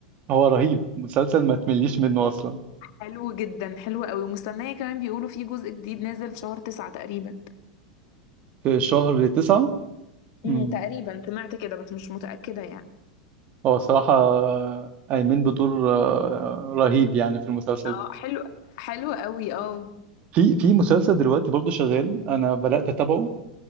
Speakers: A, on the right (about 40°); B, on the left (about 55°).
A: هو رهيب مسلسل ما تمليش منه اصلا
B: حلو جدا حلو قوي ومستنية كمان بيقولوا في جزء جديد نازل في شهر تسعة تقريبا
A: في شهر تسعة
B: امم
A: امم
B: تقريبا سمعت كده بس مش متأكدة يعني
A: هو صراحة أيمن بدور آه، رهيب يعني في المسلسل
B: اه حلو حلو قوي اه
A: في في مسلسل دلوقتي برضو شغال أنا بدأت أتابعه